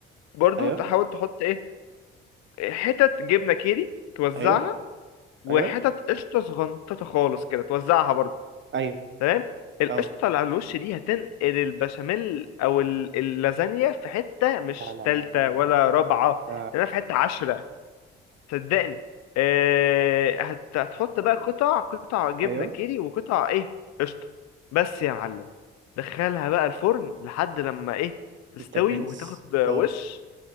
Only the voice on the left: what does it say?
برضو
تحاول تحط ايه حتت جبنه كيري توزعها
وحتت
قشطه صغنططه خالص كده توزعها برضو
تمام القشطه
اللي على الوش دي هتنقل البشاميل او ال- اللازانيا في حته مش
تالته
ولا
رابعه
تمام في حته عشرة صدقني آه، هت- هتحط بقى قطع قطع جبنة
كيري وقطع ايه قشطة بس يا معلم دخلها بقى الفرن لحد لما ايه تستوي
وتاخد وش